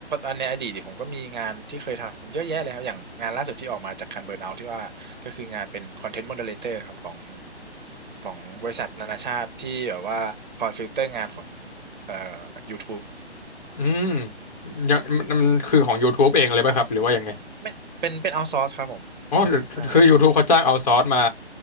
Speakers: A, on the right; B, on the left.
A: อันในอดีตเนี่ยผมก็มีงานที่เคยทำเยอะแยะแล้วอย่างงานล่าสุดที่ออกมาจากคันเบิร์นเอาที่ว่าก็คืองานเป็นคอนเทนต์โมเดเลเตอร์ครับของของบริษัทนานาชาติที่แบบว่าคอยฟิลเตอร์งานของเอ่อ YouTube
B: อืมยังมันมันคือของ
A: ใช่
B: YouTube เองเลยป่ะครับหรือว่ายังไง
A: ไม่เป็นเป็นเอาซอร์สครับผม
B: อ๋อ
A: ใช่
B: คือ YouTube เขาจ้างเอาซอร์สมา